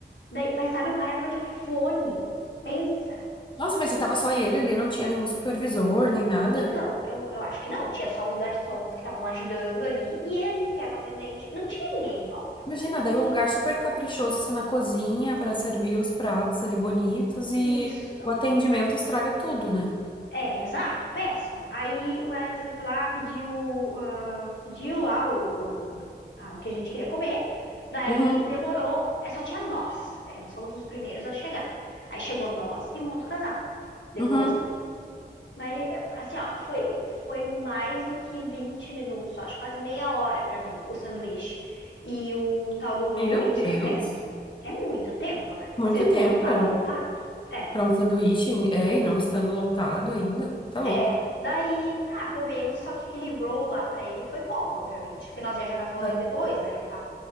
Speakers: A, on the left; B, on the left.
A: Daí- mas sabe, o cara tava de fone. Pensa.
B: Nossa, mas e tava só ele ali, não tinha nenhum supervisor, nem nada.
A: Então, eu, eu acho que não. Tinha só os garçons que estavam ajudando ali e ele, que era o atendente. Não tinha ninguém em volta.
B: Imagina, daí o lugar super caprichoso, assim, na cozinha, pra servir os pratos ali bonitos e
A: Isso.
B: o atendimento estraga tudo, né?
A: É, exato, péssimo. Aí o Wesley foi lá, pediu, ah, pediu lá o, o, ah, o que a gente queria comer. Daí
B: Uhum,
A: demorou, é, só tinha nós. É, nós fomos os primeiros a chegar. Aí chegou nós e um outro casal. Depois,
B: uhum.
A: né? Mas, assim, ó, foi, foi mais do que 20 minutos, ó, acho quase meia hora pra vir o sanduíche e o tal do roll
B: Meu
A: e
B: Deus.
A: os cafés. É muito tempo, né?
B: Muito
A: Sendo
B: tempo
A: que não tava
B: pra.
A: lotado. É,
B: Pra um sanduíche, hein? é, e não estando lotado ainda. Tá
A: é.
B: louco.
A: Daí, tá, comemos, só que aquele roll lá pra ele foi pouco, obviamente, porque nós ia jogar vôlei
B: É.
A: depois, né, e tal.